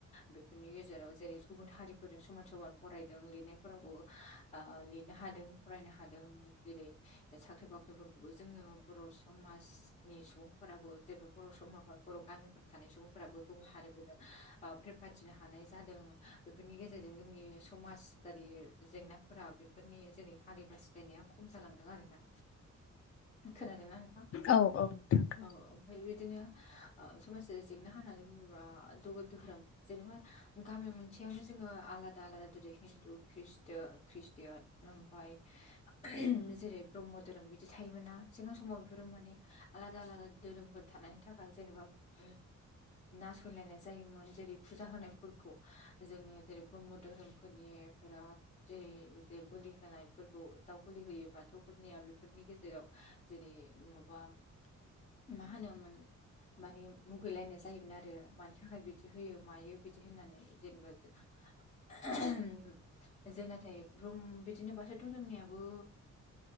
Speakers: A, on the left; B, on the left.
A: बेफोरनि गेजेराव जेरै गुबुन हारिफोरजों समान समान फरायदों लिरनायफोरावबो आ लिरनो हादों फरायनो हादों जेरै साख्रि बाख्रिफोर बो जोङो बर' समाजनि सुबुंफोराबो जेबो बर' समाफोर बर' गामिफोर थानाय सुबुंफोराबो गुबुन हारिफोरजों ओ फेरफाथिनो हानाय जादों बेफोरनि गेजेरजों जोंनि समाजारि जेंनाफोरा बेफोरनि जेरै हारि बासि <unintelligible> खम जालांदों आरोना खोनादोंना नोंथां
B: औ नोंथां खोनादों
A: औ ओमफाय बिदिनो ओ समाजारि जेंना होननानै बुङोबा द' दोहोरोम जेनेबा गामि मोनसेयावनो जोङो आलादा आलादा <unintelligible> हिन्दु खृष्टो खृष्टिया ओमफाय <unintelligible> जेरै ब्रह्म धोरोम बि दि थायोमोन ना सिगां समाव बेफोरो माने आलादा आलादा धोरोमफोर थानायनि थाखाय जेनेबा <unintelligible> नासयलायनाय जायोमोन जेरै फुजा होनायफोरखौ जोंनि जेरै ब्रह्म धोरोमफोरनि बिराद जेरै बिदि बोलि होनायफोरखौ दाउ बोलि होयो बाथौफोरनिया बे फोरनि गेजेराव जेरै माबा मा होनोमोन माने मुगैलायनाय जायोमोन आरो मानि थाखाय बि बिदि होयो मायो बिदि होननानै जेनेबा <unintelligible> <unintelligible> जों नाथाय ब्रुम बिदिनो बाथौ धोरोमनियाबो